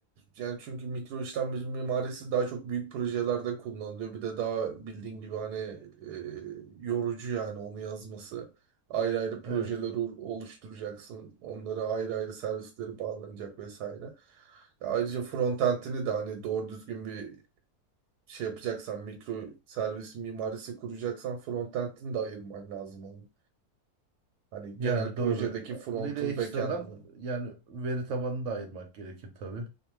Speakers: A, on the right (about 80°); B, on the right (about 60°).
A: yani çünkü mikro işlemci mimarisi daha çok büyük projelerde kullanılıyor. Bir de daha bildiğin gibi hani e, yorucu yani onu yazması. Ayrı ayrı projeleri
B: Evet.
A: o- oluşturacaksın. Onlara ayrı ayrı servisleri bağlanacak vesaire. Ya Ayrıca frontend'ini de hani doğru düzgün bir şey yapacaksan, mikro servis mimarisi kuracaksan frontend'ini de ayırman lazım onun. Hani
B: Yani
A: genel projedeki
B: doğru.
A: front'un
B: Bir de ekstradan
A: backend'ini.
B: yani veri tabanını da ayırmak gerekir tabii.